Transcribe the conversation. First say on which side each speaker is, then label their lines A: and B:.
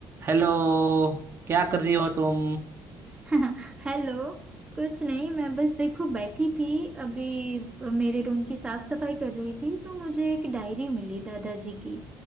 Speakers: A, on the right; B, on the right.
A: Hello क्या कर रही हो तुम
B: <laughs> हेलो कुछ नहीं मैं बस देखो बैठी थी अभी मेरे रूम की साफ सफाई कर रही थी तो मुझे एक डायरी मिली दादाजी की